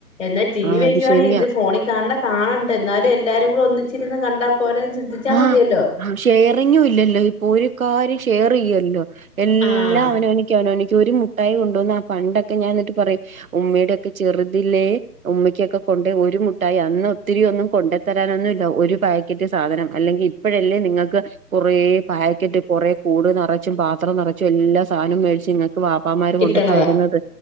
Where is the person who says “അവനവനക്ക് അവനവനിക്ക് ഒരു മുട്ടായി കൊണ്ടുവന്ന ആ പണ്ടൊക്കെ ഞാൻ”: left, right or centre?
Right